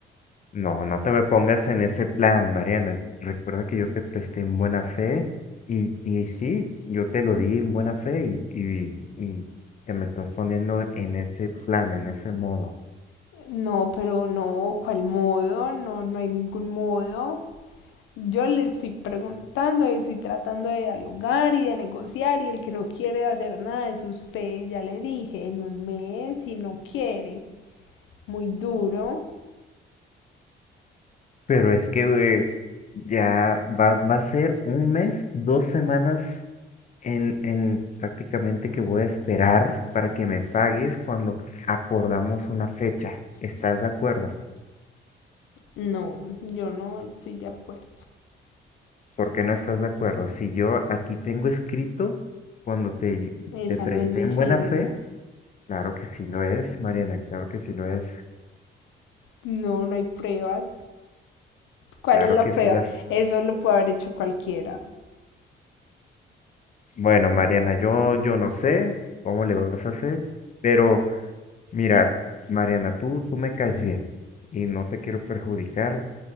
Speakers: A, on the left; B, on the left.
A: No, no te me pongas en ese plan, Mariana. Recuerda que yo te presté en buena fe y, y sí, yo te lo di en buena fe y, y, y que me estás poniendo en ese plan, en ese modo.
B: No, pero no, ¿cuál modo? No, no hay ningún modo. Yo le estoy preguntando y estoy tratando de dialogar y de negociar y el que no quiere hacer nada es usted, ya le dije, en un mes, si no quiere, muy duro.
A: Pero es que eh, ya va, va a ser un mes, dos semanas en, en prácticamente que voy a esperar para que me pagues cuando acordamos una fecha. ¿Estás de acuerdo?
B: No, yo no estoy de acuerdo.
A: ¿Por qué no estás de acuerdo? Si yo aquí tengo escrito cuando te,
B: Esa
A: te presté
B: no es mi
A: en
B: firma.
A: buena fe, claro que sí lo es, Mariana, claro que sí lo es,
B: No, no hay pruebas. ¿Cuál
A: claro
B: es la
A: que
B: prueba?
A: sí las...
B: Eso lo puede haber hecho cualquiera.
A: Bueno, Mariana, yo, yo no sé cómo le vas a hacer, pero mira, Mariana, tú, tú me caes bien y no te quiero perjudicar,